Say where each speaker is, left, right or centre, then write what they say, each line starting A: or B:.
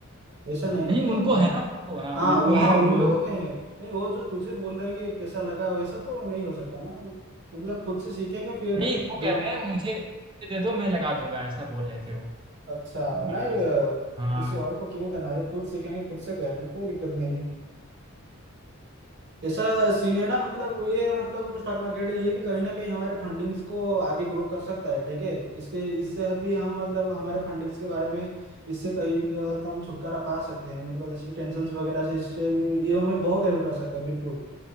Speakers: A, on the right; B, on the right.
A: वैसा
B: हाँ,
A: नहीं
B: नहीं
A: होता
B: उनको
A: है मतलब
B: है ना उनको, हाँ
A: हाँ
B: उनको
A: वो
B: है
A: हाँ उन
B: अब वो
A: लोगों के हैं नहीं वो जो तुझे बोल रहे हैं कि पैसा लगा वैसा तो नहीं हो सकता ना मतलब खुद से सीखेंगे फिर
B: नहीं वो
A: दो
B: कह रहे हैं मुझे मुझे दे दो मैं लगा दूंगा ऐसा बोल रहे थे वो
A: अच्छा
B: मैं
A: नहीं
B: सब
A: अ,
B: हाँ
A: किसी और को क्यों देना है खुद सीखेंगे खुद से करेंगे कोई दिक्कत नहीं है ऐसा सीन है ना मतलब ये मतलब जो स्टॉक मार्केट है ये भी कहीं ना कहीं हमारे फंडिंग्स को आगे ग्रो कर सकता है ठीक है इसके इससे भी हम मतलब हमारे फंडिंग्स के बारे में इससे कहीं बहुत हम छुटकारा पा सकते हैं मतलब जैसे कि टेंशन वगैरह से इससे भी ये हमें बहुत हेल्प कर सकता है बिल्कुल